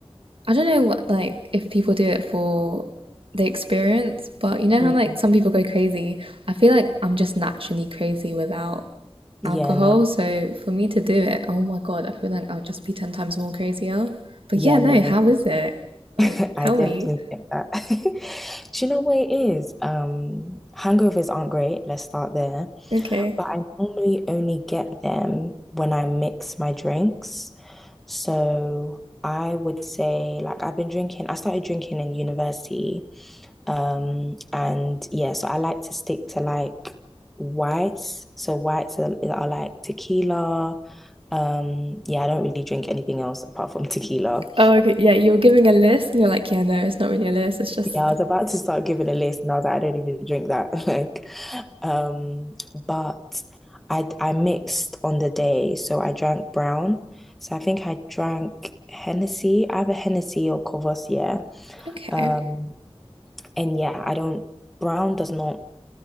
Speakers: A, on the right; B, in the centre.
A: I don't know what like if people do it for the experience, but you know
B: Mm.
A: how like some people go crazy. I feel like I'm just naturally crazy without
B: Yeah,
A: alcohol,
B: no.
A: so for me to do it, oh my God, I feel like I'll just be 10 times more crazier. But
B: Yeah,
A: yeah, no,
B: no, no.
A: how is it?
B: <laughs>
A: Like,
B: I
A: tell
B: definitely
A: me.
B: get that. <laughs> Do you know what it is? Um, hangovers aren't great. Let's start there.
A: Okay.
B: But I normally only get them when I mix my drinks. So I would say like I've been drinking, I started drinking in university. Um, and yeah, so I like to stick to like whites. So whites are, are like tequila. Um, yeah, I don't really drink anything else apart from <laughs> tequila.
A: Oh, okay. Yeah, you were giving a list and you're like, yeah, no, it's not really a list. It's just,
B: Yeah, I was about to start giving a list and I was like, I don't even drink that. <laughs> Like, um, but I I mixed on the day, so I drank brown. So I think I drank Hennessy, either Hennessy or Courvoisier.
A: <laughs> okay.
B: Um, and yeah, I don't, brown does not